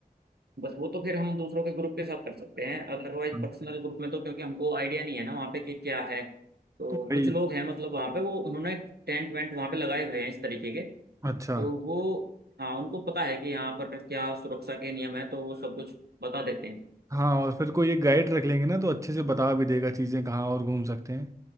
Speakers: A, on the right (about 90°); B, on the right (about 20°).
A: बस वो तो फिर हम दूसरों के ग्रुप के साथ कर सकते हैं अदरवाइज
B: हाँ।
A: पर्सनल ग्रुप में तो क्योंकि हमको आइडिया नहीं है ना वहाँ पे कि क्या है तो
B: वही
A: कुछ लोग हैं मतलब वहाँ पे वो उन्होंने टेंट वेंट वहाँ पे लगाए हुए हैं इस तरीके के
B: अच्छा
A: तो वो हाँ उनको पता है कि यहाँ पर क्या सुरक्षा के नियम है तो वो सब कुछ बता देते हैं
B: हाँ और फिर कोई एक गाइड रख लेंगे ना तो अच्छे से बता भी देगा चीज़ें कहाँ और घूम सकते हैं